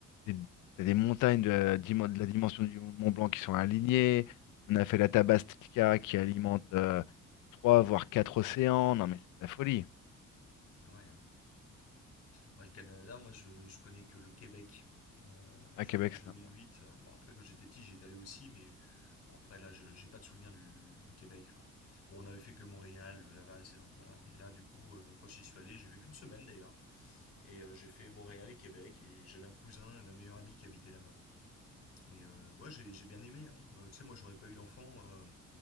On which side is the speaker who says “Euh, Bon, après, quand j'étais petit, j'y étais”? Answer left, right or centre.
Left